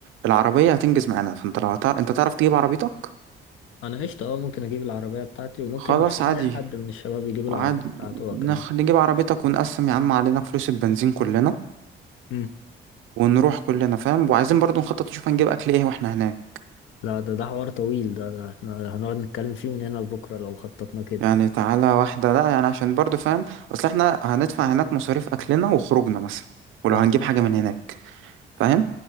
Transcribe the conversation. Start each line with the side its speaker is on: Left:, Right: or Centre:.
Right: العربية هتنجز معانا فانت لو هتعرف انت تعرف تجيب عربيتك
Left: أنا قشطة أه ممكن أجيب العربية بتاعتي وممكن
Right: خلاص
Left: نشوف
Right: عادي
Left: أي حد من الشباب يجيب
Right: وعادي
Left: العربية بتاعته
Right: نخ...
Left: هو كمان
Right: نجيب عربيتك ونقسم يا عم علينا فلوس البنزين كلنا
Left: مم.
Right: ونروح كلنا فاهم وعايزين برضو نخطط نشوف هنجيب اكل ايه واحنا هناك
Left: لا ده ده حوار طويل ده, ده احنا هنقعد نتكلم فيه من هنا لبكرة لو خططنا كده
Right: يعني تعالى واحدة لا يعني عشان برضو فاهم اصل احنا هندفع هناك مصاريف اكلنا وخروجنا مثلا ولو
Left: اه
Right: هنجيب حاجة من هناك فاهم